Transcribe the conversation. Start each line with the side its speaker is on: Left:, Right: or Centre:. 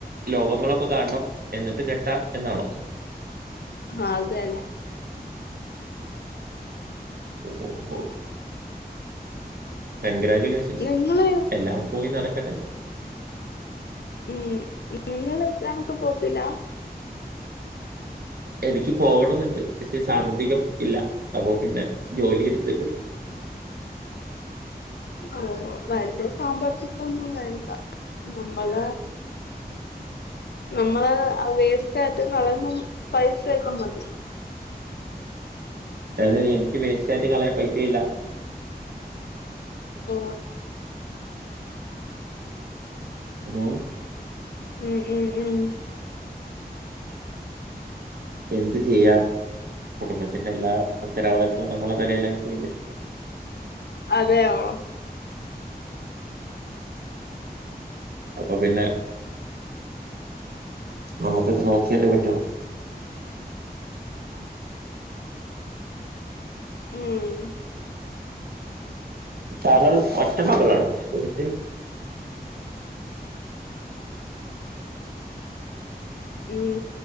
Right: ലോകങ്ങളൊക്കെ കാൺണം- എന്നിട്ട് കെട്ടാം എന്നാണോ?
Left: ആഹ് അത് തന്നെ -
Right: <inaudible> കൺഗ്രാജുലേഷൻസ്
Left: നിങ്ങള്
Right: എല്ലാം പോയി നടക്കട്ടെ!
Left: ഉം നിങ്ങൾ ഇതാണക്ക് പോത്തില്ലാ-
Right: എനിക്ക് പോകണന്നുണ്ട് പസെ സാമ്പത്തികം ഇല്ല അപ്പൊ പിന്നെ ജോലി എടുത്തിട്ട്
Left: ഓ വല്ല്യ സാമ്പതിഗൊന്നും വേണ്ട ന്നമ്മള നമ്മള് അ വേസ്റ്റ് ആായിട്ട് കളയുന്ന പൈസ ഒക്കെ മതി <inaudible>
Right: അയ്‌ന് എനിക്ക് വേസ്റ്റയിട്ട് കളയ പൈസയില്ല
Left: ഓ
Right: മം
Left: ഉം ഉം ഉം
Right: എന്ത് ചെയ്യാം കുടുംബത്തിന്റെല്ലാം ഉത്തരവാദിത്തം നമ്മള തലയിലായി പോയില്ലേ!
Left: അതെയോ?
Right: അപ്പൊ പിന്നെ, നമ്മുക്ക് ഇത് നോക്കിയാലേ പറ്റു
Left: ഉം
Right: താങ്കൾ ഒറ്റ മകളണോ വീട്ടിൽ
Left: ഉം